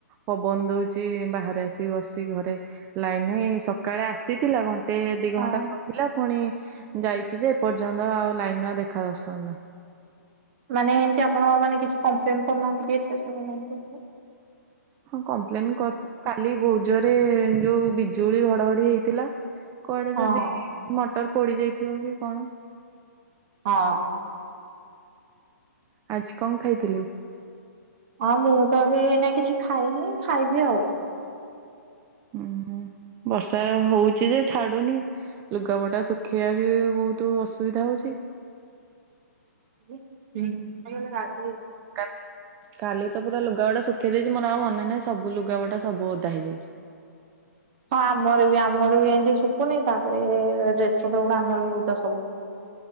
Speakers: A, on the right (about 20°); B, on the right (about 40°).
A: ପବନ ଦଉଚି, ବାହାରେ ଆସିକି ବସିି ଘରେ ଲାଇନ ନାହିଁ ସକାଳେ ଆସିଥିଲା, ଘନ୍ ଘଣ୍ଟେ ଦି ଘଣ୍ଟା
B: ହଁ।
A: ରଖିଲା ପୁଣି ଯାଇଛି ଯେ ଏପର୍ଯ୍ୟନ୍ତ ଆଉ ଲାଇନର ଦେଖା ଦର୍ଶନ ର୍ଶନ ନାହିଁ।
B: ମାନେ ଏମତି ଆପଣ ମାନେ କିଛି କମ୍ପ୍ଲେନ୍ କରୁନାହାଁନ୍ତି କି ଏତେ ସମୟ ହେଲାଣି <unintelligible>
A: ହଁ କମ୍ପ୍ଲେନ କରୁଛି କାଲି ବହୁତ ଜୋରେ ଯୋଉ ବିଜୁଳି ଘଡଘଡି ହେଇଥିଲା, କୁଆଡେ
B: ହଁ
A: ଯଦି ମ ଟର ପୋଡିଯାଇଥିବ କି କଣ।
B: ହଁ।
A: ଆଜି କଣ ଖାଇଥିଲେ?
B: ଅଁ ମୁଁ ତ ଏବେ ଏଇନା କିଛି ଖାଇନି ଖାଇବି ଆଉ।
A: ଉଁ ହୁଁ। ବର୍ଷା ହୋଉଚି ଯେ ଛାଡୁନି ଲୁଗାପଟା ଶୁଖେଇବା ବି ବୋହୁ ତୁ ଅସୁବିଧା ହୋଉଚି।
B: ହୋଉ ନହଲେ ଗାଧେଇବି।
A: କାଲି କାଲି ତ ପୁରା ଲୁଗାପଟା ଶୁଖେଇ ଦେଇଚି ମୋର ଆଉ ମନେ ନାହିଁ ସବୁ ଲୁଗାପଟା ସବୁ ଓଦା ହେଇଯାଇଚି।
B: ହଁ ଆମର ବି ଆମର ବି ଏମତି ଶୁକୁନି ତାପରେ ଏ ଡ୍ରେସ ସବୁଗୁଡା ଆମର ବି ଓଦା ସବୁ।